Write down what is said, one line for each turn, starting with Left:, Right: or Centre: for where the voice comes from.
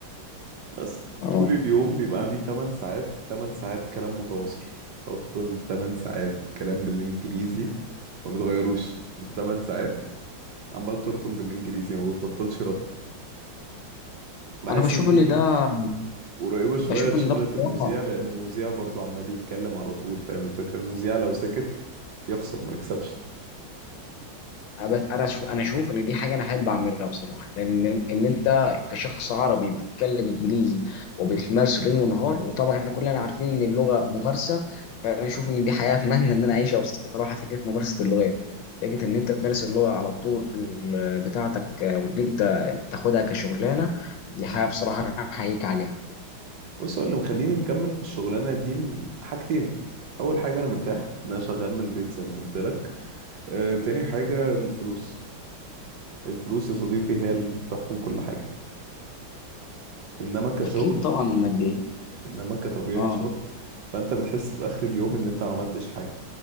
Right: بس
Left: اه
Right: طول اليوم بيبقى عندي 8 ساعات 8 ساعات كلام متواصل تفضل 8 ساعات كلام بالانجليزي ما بتغيروش انت 8 ساعات عمال ترطم بالانجليزي ما بتبطلش رطم بحس
Left: انا بشوف
Right: ان دي
Left: ان ده
Right: قريبة شوية
Left: بشوف
Right: لشغلة
Left: ان ده بصراحه
Right: المذيع لأن المذيع برضو عمال يتكلم على طول فاهم الفكرة المذيع لو سكت يخسر ما يكسبش
Left: أنا- بس انا شو انا اشوف ان دي حاجه انا احب اعملها بصراحه لان ان انت كشخص عربي بتتكلم انجليزي وبتمارسه ليل ونهار وطبعا احنا كلنا عارفين ان اللغه ممارسه فانا اشوف ان دي حياه اتمنى ان انا اعيشها بصراحه فكره ممارسه اللغات فكره ان انت تمارس اللغه على طول بتاعتك وان انت تاخدها كشغلانه دي حاجه بصراحه انا احييك عليها
Right: بص هو اللي مخليني مكمل في الشغلانة دي إن- حاجتين أول حاجة أنا مرتاح إن أنا شغال من البيت زي ما قلت لك آه، تاني حاجة الفلوس الفلوس يا صديقي هي اللي بتحكم كل حاجة إنما كشغل
Left: اكيد طبعا الماديه
Right: إنما كطبيعة
Left: اه
Right: شغل فأنت بتحس في آخر اليوم إن أنت ما عملتش حاجة